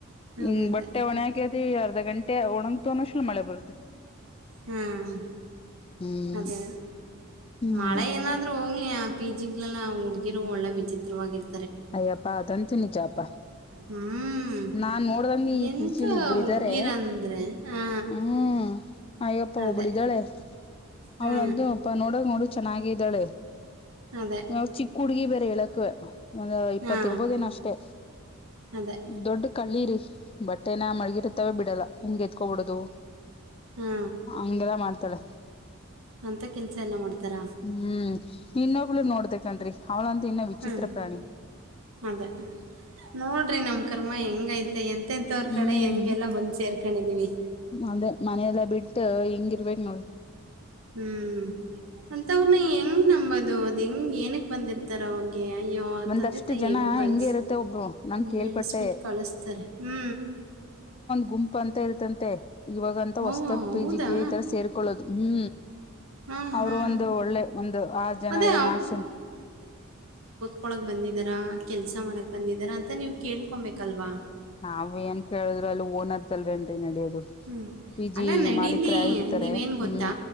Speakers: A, on the left (about 25°); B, on the right (about 75°).
A: ಹಿಂಗ್
B: ಅದೇ ಅದೇ
A: ಬಟ್ಟೆ ಒಣೆಾಕತಿವಿ ಅರ್ಧ ಗಂಟೆ ಒಣಗ್ತು ಶಲ ಮಳೆ ಬರ್ತ್ತದೆ. ವೈಎಂ.
B: ಹ್ಮ್
A: ಹ್ಮ್
B: ಅದೇ
A: ಹ್ಮ್
B: ಮಳೆ ಏನಾದ್ರೂ ಹೋಗ್ಲಯಾ. ಪಿ ಜಿ ಗಳ ನ ಹುಗಿರು ಒಳ್ಳೆ ವಿಚಿತ್ರವಾಗಿರ್ತ.
A: ಅಯ್ಯಪ್ಪಾ. <unintelligible> ನಿಜಾಪ,
B: ಹ್ಮ್
A: ನಾನ್ ನೋಡ್ದಂಗೆ ಈ
B: ಎಂತ
A: ಪೀಜಿಲ್ ಇಬ್ರ್
B: ಹುಡ್ಗಿರಂದ್ರೆ
A: ಇದಾರೆ,
B: ಹಾ
A: ಹ್ಮೂ ಅಯ್ಯಪ್ಪ
B: ಅದೇ
A: ಒಬ್ಳ್ ಇದ್ದಾಳೆ
B: ಹಾ
A: ಅವ್ಳಂತೂ ಅಪ್ಪ ನೋಡಕ್ ನೋಡ್ ಚೆನ್ನಾಗಿದ್ದಾಳೆ.
B: ಅದೇ
A: ನಾ ಚಿಕ್ಕ ಹುಡ್ಗಿ ಬ. ಇಳಕ್ <inaudible> ಒಂದು ಇಪ್ಪತ್ತ
B: ಹಾ
A: ಇರ್ಬೋದೇನ ಅಷ್ಟೇ
B: ಅದೇ
A: ದೊಡ್ಡ ಕಳ್ಳೀರಿ. ಬಟ್. ದಿನ ಮಲ್ಗೀರ್ತೆವ್ ಬಿಡಲ್ಲ ಹಿಂಗ್ ಎತ್ಕೊಂಡವೊಡೋದು
B: ಹಾ
A: ಹಂಗೆಲ್ಲ ಮಾಡ್ತಾಳೆ.
B: ಅಂತ ಕೆಲಸ ಎಲ್ಲ ಮಾಡ್ತಾರ
A: ಹೂ ಇನ್ನೊಬ್ಳು ನೋಡದೆ ಕಣ್ರಿ ಅವ್ಳಂತ ಇನ್ನ ವಿಚಿತ್ರ
B: ಹ್ಮ್
A: ಪ್ರಾಣಿ.
B: ಅದೇ ನೋಡ್ರಿ ನಮ್ ಕರ್ಮ ಹೆಂಗೈತೆ ಎಂತ. ಮತ್ತವರ
A: ಹ್ಮ್
B: ಕಡೆ ಹೆಂಗೆಲ್ಲ ಬಂದ್ ಸೇರ್ಕೊಂಡಿದೀವಿ.
A: ಅದೇ ಮನೆಯಲ್ಲ ಬಿಟ್ಟು ಹಿಂಗಿರ್ಬೇಕ ನೋಡ.
B: ಹು ಅಂತವ್ರನ್ನ ಹೆಂಗ್ ನಂಬೊದು ಅದ್ ಹೆಂಗ್ ಏನಕ್ ಬಂದಿರ್ತಾರ ಅವರ. ಏ ಅಯ್ಯೋ
A: ಒಂದಷ್ಟು
B: ತಂದೆ ತಾಯಿ
A: ಜನ
B: ಹೆಂಗ್ ಬಳಸ
A: ಹಿಂಗೆ ಇರುತ್ತೆ ಒಬ್ರು ನಾನ್ ಕೇಳ್ಪಟ್ಟೆ
B: ಬೆಳೆಸ್ಬಿಟ್ಟು ಕಳಸ್ತಾರೆ ಹು.
A: ಗುಂಪು ಅಂತ ಇಳತಂತೆ. ಇವಾಗ ಅಂತ ಹೊಸ್ತದ
B: ಓ ಹೌದಾ
A: ಪೀಜಿಗೆ ಈ ತರ ಸೇರ್ಕೊಳ್ಳೋದು. ಹು
B: ಹಾ ಹಾ
A: ಅವರು ಒಂದು ಒಳ್ಳೆ ಒಂದು ಆರ ಜನ
B: ಅದೇ
A: ಇದೆ ನಕ್ಸಿನ್
B: ತಕ್ಕೊಳಕ್ ಬಂದಿದಾರಾ ಕೆಲ್ಸ ಮಾಡಕ್ ಬಂದಿದರಾ ಅಂತ ನೀವು ಕೇಳ್ಕೊಬೇಕಲ್ವಾ.
A: ನಾವೇಂತ ಕೇಳುದ್ರ ಅಲ್ಲಿ ಓನರರ್ದಲ್ವೇನ್ರಿ ನಡಿಯೋದು
B: ಹ್ಮ್.
A: ಪಿಜಿ
B: ಅಲ್ಲ ನಡೀಲಿ
A: ಮಾಲೀಕರ ಯಾವ ಇರ್ತಾರೆ
B: ನೀವೇನ್
A: ಹು
B: ಗೊತ್ತಾ